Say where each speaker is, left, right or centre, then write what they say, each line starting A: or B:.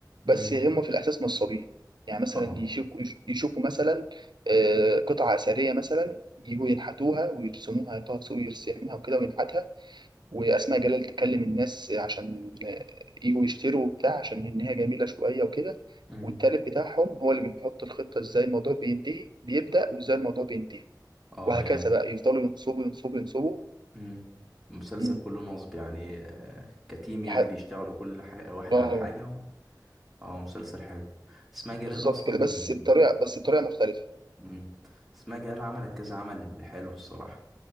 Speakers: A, in the centre; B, on the right (about 80°).
A: مم.
B: بس هم في الاساس نصابين يعني مثلا
A: اه
B: يشوفوا يشوفوا مثلا آه، قطعه اثريه مثلا يجوا ينحتوها ويرسموها طه دسوقي يرسمها وكده وينحتها واسماء جلال تكلم الناس عشان آه، يجوا يشتروا وبتاع عشان ان هي جميله شويه وكده
A: مم.
B: والتالت بتاعهم هو اللي بيحط الخطه ازاي الموضوع بينتهي بيبدا وازاي الموضوع بينتهي
A: اه
B: وهكذا
A: يعني
B: بقى يفضلوا ينصبوا ينصبوا ينصبوا
A: مم. المسلسل
B: مم.
A: كله نصب يعني آه، كتيم يعني
B: لحد
A: بيشتغلوا كل حاجة واحد
B: اه
A: على حاجة و... اه مسلسل حلو اسماء جلال
B: بالظبط
A: اصلا
B: كده بس بطريقه بس بطريقه مختلفه
A: مم. اسماء جلال عملت كذا عمل حلو الصراحة